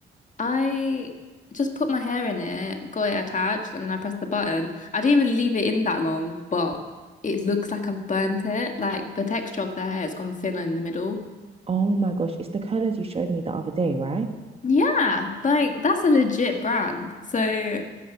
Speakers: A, on the left (about 40°); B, on the right (about 30°).
A: I just put my hair in it, got it attached, and then I pressed the button. I didn't even leave it in that long, but it looks like I've burnt it. Like the texture of the hair has gone thinner in the middle.
B: Oh my gosh, it's the colors you showed me the other day, right?
A: Yeah, like that's a legit brand. So,